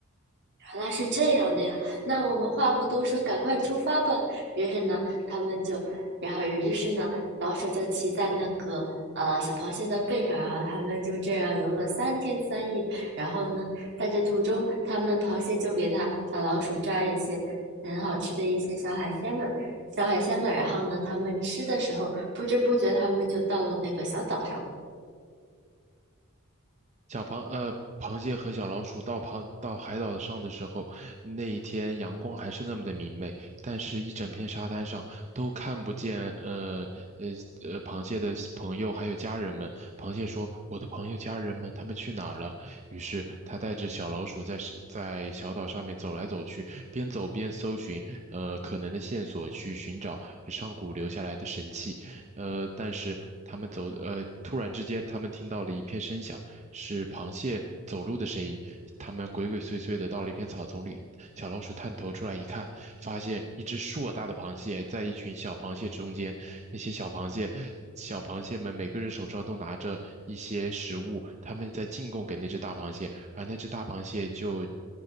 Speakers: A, on the right (about 55°); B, on the right (about 35°).
A: 原来是这样的呀，那我们话不多说，赶快出发吧。于是呢，他们就，然后于是呢，老鼠就骑在那个呃小螃蟹的背上啊，然后他们就这样游了三天三夜。然后呢，在这途中，他们螃蟹就给它小老鼠抓一些很好吃的一些小海鲜们，小海鲜们。然后呢，他们吃的时候，不知不觉他们就到了那个小岛上。
B: 小螃呃，螃蟹和小老鼠到螃到海岛上的时候，那一天阳光还是那么的明媚，但是一整片沙滩上都看不见呃呃呃螃蟹的朋友还有家人们。螃蟹说：“我的朋友家人们他们去哪儿了？”于是他带着小老鼠在是在小岛上面走来走去，边走边搜寻呃可能的线索，去寻找上古留下来的神器。呃，但是他们走，呃，突然之间，他们听到了一片声响，是螃蟹走路的声音。他们鬼鬼祟祟的到了一片草丛里，小老鼠探头出来一看，发现一只硕大的螃蟹在一群小螃蟹中间。那些小螃蟹，小螃蟹们每个人手上都拿着一些食物，他们在进贡给那只大螃蟹，而那只大螃蟹就